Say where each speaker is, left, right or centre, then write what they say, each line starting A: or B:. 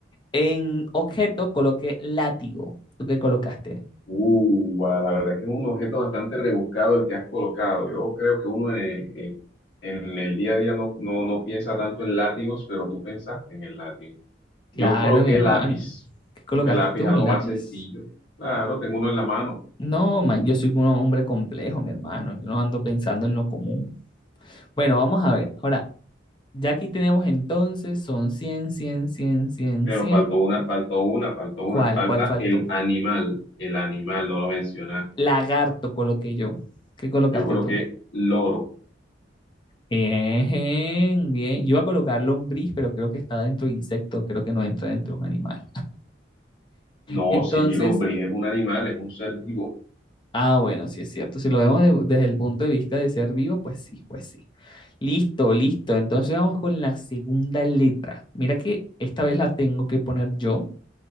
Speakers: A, on the left; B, on the left.
A: en objeto coloqué látigo. ¿Tú qué colocaste?
B: Uh, guau, la verdad que es un objeto bastante rebuscado el que has colocado. Yo creo que uno eh, eh, en el día a día no, no, no piensa tanto en látigos, pero tú pensaste en el látigo. Yo
A: Claro,
B: coloqué
A: mi hermano.
B: lápiz,
A: ¿Qué colocaste
B: porque lápiz
A: tú?
B: es algo
A: ¿Un lápiz?
B: más sencillo. Claro, tengo uno en la mano,
A: No, man, yo soy un hombre complejo, mi hermano. Yo no ando pensando en lo común. Bueno, vamos a ver. Ahora, ya aquí tenemos entonces, son 100, 100, 100, 100,
B: pero
A: 100.
B: faltó una, faltó una, faltó una.
A: ¿Cuál?
B: Falta
A: ¿Cuál faltó?
B: el animal, el animal, no lo mencionas.
A: Lagarto coloqué yo. ¿Qué colocaste
B: Yo coloqué
A: tú?
B: loro.
A: Bien, bien. Yo iba a colocar
B: No,
A: lombriz, pero creo que está dentro de insecto. Creo que no entra dentro de un animal.
B: no,
A: Entonces,
B: sí, lombriz es un animal, es un ser vivo.
A: Ah, bueno, sí es cierto. Si lo vemos de- desde el punto de vista de ser vivo, pues sí, pues sí. Listo, listo. Entonces vamos con la segunda letra. Mira que esta vez la tengo que poner yo.